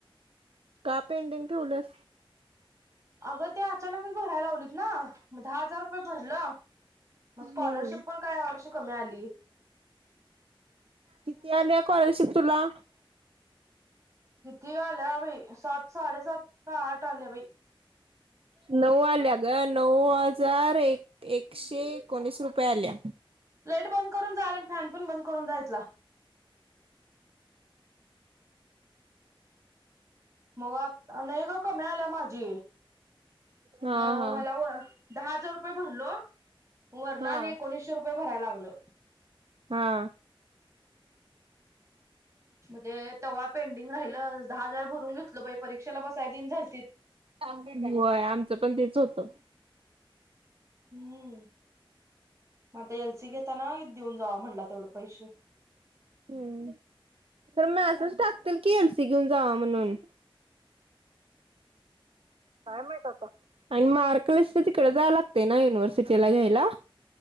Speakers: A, on the right; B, on the right.
A: का पेंडिंग ठेवलंयस?
B: अगं ते अचानकच भराय लावलेत ना म दहा हजार रुपये भरलं, म स्कॉलरशिप
A: हम्म.
B: पण काय या वर्षी कमी आली.
A: किती आलेय कॉलरशिप तुला?
B: किती आल्या बाय? सात साडे सात का आठ आल्या बई.
A: नऊ आल्या गन नऊ हजार एक एकशे एकोणीस रुपये आल्या.
B: लाइट बंद करून जा आणि फॅन पण बंद करून जा इथला. मग आ नाई ग कमी आल्या माझी.
A: हा
B: म
A: हा.
B: मला व दहा हजार रुपये भरलो, वर
A: हा
B: ना आणि एकोणीशे रूप पे भरायला लागल.
A: हा.
B: म ते तवा पेंडिंग राहिलं. दहा हजार भरून घेत ल बाय, परीक्षेला बसाय देन झालतीत.
A: व्हय आमचं पण तेच होत.
B: हम्म. म आता एल सी घेताना देऊन जावा म्हणला तेवढं पैसे.
A: हम्म पण मेसेज टाकतील की, एल सी घेऊन जावा म्हणून. काय माहित आता आणि मार मार्क लिस्ट तिकड जायाला लागतय ना, युनिव्हर्सिटीला घ्यायला.